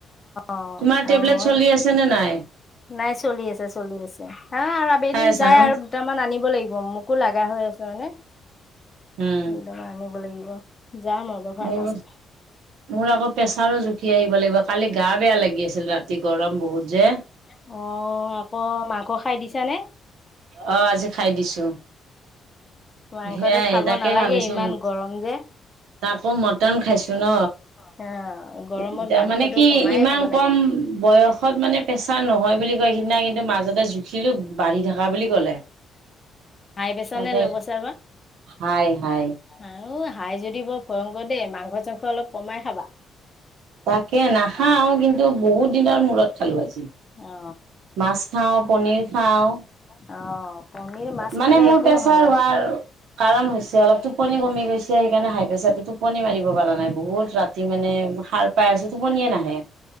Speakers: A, on the left; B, on the right.
A: অ'
B: তোমাৰ
A: আৰু
B: টেবলেট
A: মই
B: চলি আছে নে নাই
A: নাই চলি আছে চলি আছে হা আৰু আবেলি
B: খাই আছা
A: যাই
B: ন
A: আৰু দুটামান আনিব লাগিব মোকো লগা হৈ আছে মানে
B: উম
A: সদম আনিব লাগিব যাম আৰুব ফাৰ্মাচী।
B: মোৰ মোৰ আকৌ প্ৰেছাৰো জুখি আহিব লাগিব কালি গা বেয়া লাগি আছিল ৰাতি গৰম বহুত যে।
A: অ আকৌ মাংস খাই দিছানে
B: আহ আজি খাই দিছো
A: মাংসটো
B: সেইয়াই
A: খাব
B: তাকে
A: নালাগে
B: ভাবিছো।
A: ইমান গৰম যে
B: তাকো মটন খাইছো ন
A: অ গৰমত
B: এতিয়া
A: মাংসটো
B: মানে কি
A: কমায়ে
B: ইমান
A: খাব লাগে।
B: কম বয়সত মানে প্ৰেছাৰ নহয় বুলি কয় সিদিনা কিন্তু মাজতে জুখিলো বাঢ়ি থাকে কা বুলি ক'লে।
A: হাই প্ৰেছা
B: তাকে
A: নে ল' প্ৰেছাৰ বা
B: হাই হাই
A: আৰু হাই যদি বৰ ভয়ংকৰ। দেই মাংস চাংস অলপ কমাই খাবা
B: তাকে নাখাও কিন্তু বহুত দিনৰ ম। খালো আজি
A: অ।
B: মাছ খাওঁ পনীৰ খাওঁ।
A: অ পনীৰ মাছ
B: মানে
A: খালে
B: মোৰ
A: একো
B: প্ৰেচাৰ
A: নহয় বাৰু।
B: হোৱাৰ কাৰণ হৈছে অলপ টোপনি কমি গৈছে সেইকাৰণে হাই। তাৰ পিছটো টোপনি মাৰিব পৰাাৰা নাই বহুত ৰাতি মানে সাৰ পাই আছো টোপনিয়ে নাহে।